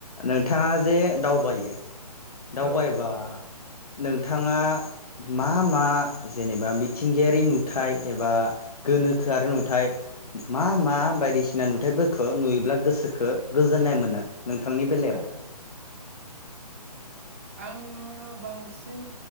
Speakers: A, on the left; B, on the right.
A: नोंथाङा जे दावबायो
B: औ
A: दावबाय एबा
B: औ
A: नोंथाङा मा मा जेनेबा मिथिंगायारि नुथाय एबा गोनोखोआरि नुथाय मा मा बायदिसिना नुथायफोरखौ नुयोब्ला गोसोखो गोजोननाय मोननाय नोंथांनि बेलायाव
B: ओं आं बांसिन